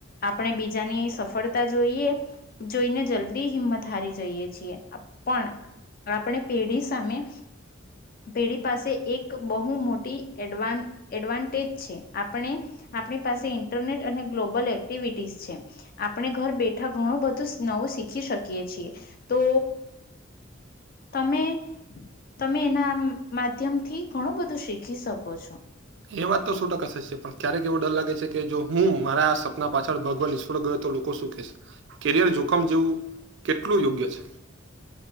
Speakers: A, on the left (about 45°); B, on the right (about 60°).
A: આપણે બીજાની સફળતા જોઈએ જોઈને જલ્દી હિંમત હારી જઈએ છીએ પણ આપણે પેઢી સામે પેઢી પાસે એક બહુ મોટી એડવા એડવાન્ટેજ છે આપણે આપણી પાસે ઇન્ટરનેટ અને ગ્લોબલ એક્ટિવિટીસ છે આપણે ઘર બેઠા ઘણું બધું નવું શીખી શકીએ છીએ તો તમે તમે એના માધ્યમ થી ઘણું બધું શીખી શકો છો
B: એ વાત તો શો ટકા થ જ છે પણ ક્યારેક એવું ડર લાગે છે કે જો હું મારા આ સપના પાછળ ભગવાન <unintelligible> ઈશ્વળ ગ <unintelligible> તો લોકો શું કેસે કેરિયર જોખમ જેવું કેટલું યોગ્ય છે